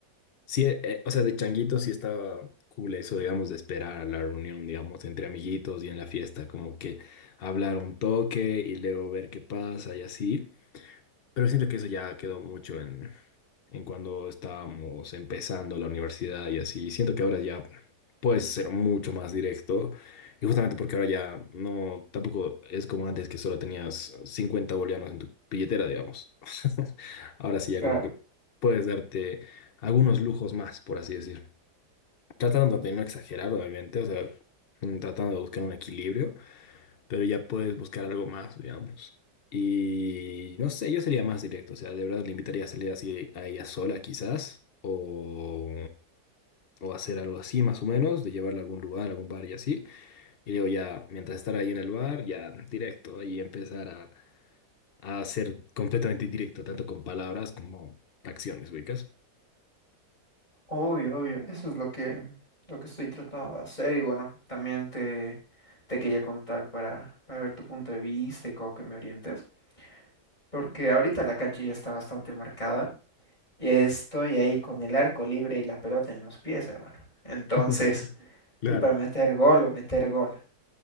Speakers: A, on the left (about 60°); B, on the left (about 25°).
A: sí, eh, eh, o sea, de changuitos sí estaba cool eso, digamos, de esperar a la reunión, digamos, entre amiguitos y en la fiesta, como que hablar un toque y luego ver qué pasa y así. Pero siento que eso ya quedó mucho en en cuando estábamos empezando la universidad y así. Siento que ahora ya puedes ser mucho más directo y justamente porque ahora ya no, tampoco es como antes que solo tenías 50 bolivianos en tu billetera, digamos. <laughs> Ahora sí ya
B: Claro.
A: como que puedes darte algunos lujos más, por así decir. Tratando de no exagerar, obviamente, o sea, mm, tratando de buscar un equilibrio, pero ya puedes buscar algo más, digamos. Y no sé, yo sería más directo, o sea, de verdad le invitaría a salir así a ella sola quizás, o, o hacer algo así más o menos, de llevarla a algún lugar, a algún bar y así. Y luego ya, mientras estar ahí en el bar, ya directo, ahí empezar a, a ser completamente directo, tanto con palabras como acciones, ubicas.
B: Obvio, obvio, eso es lo que, lo que estoy tratando de hacer y bueno, también te, te quería contar para, para ver tu punto de vista y cómo que me orientes, porque ahorita la cancha ya está bastante marcada y estoy ahí con el arco libre y la pelota en los pies, hermano. Entonces,
A: <laughs>
B: estoy
A: Claro,
B: para meter gol o meter gol.